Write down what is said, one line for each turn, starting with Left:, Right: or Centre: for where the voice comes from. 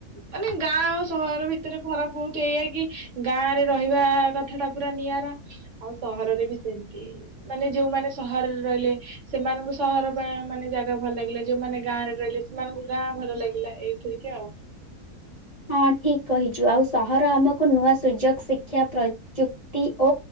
Right: ମାନେ ଗାଁ ଆଉ ସହର ଭିତରେ ଫରକ ଭଉତୁ ଏଇଆ କି ଗାଁ ରେ ରହିବା କଥା ଟା ପୁରା ନିଆରା। ଆଉ ସହରରେ ବି ସେମିତି ମାନେ ଯୋଉମାନେ ସହରରେ ରହିଲେ ସେମାନଙ୍କୁ ସହର ପାଇଁ ମାନେ ଜାଗା ଭଲ ଲାଗିଲା ଯୋଉମାନେ ଗାଁ ରେ ରହିଲେ ସେମାନଙ୍କୁ ଗାଁ ଭଲ ଲାଗିଲା ଏଇପରିକା ଆଉ।
Left: ହଁ ଠିକ କହିଛୁ ଆଉ ସହର ଆମକୁ ନୂଆ ସୁଯୋଗ ଶିକ୍ଷା ପ୍ରଯୁକ୍ତି ଓ